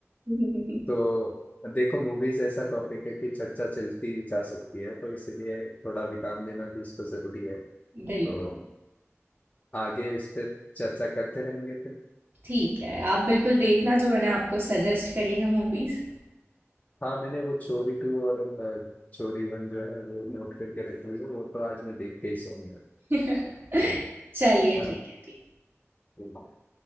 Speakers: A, on the right; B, on the left.
A: <laughs>
B: तो देखो मूवीज ऐसा टॉपिक है कि चर्चा चलती जा सकती है तो इसलिए थोड़ा विराम लेना भी इसको जरूरी है तो
A: बिल्कुल,
B: आगे इस पे चर्चा करते रहेंगे फिर
A: ठीक है। आप बिल्कुल देखना जो मैंने आपको सजेस्ट करी है मूवीज़।
B: हाँ मैंने वो चोरी टू और अ, चोरी वन जो है वो नोट करके रखी है वो तो आज मैं देख के ही सोऊंगा
A: <laughs>
B: चलिए
A: चलिए
B: हाँ
A: ठीक है, ठीक।
B: ठीक।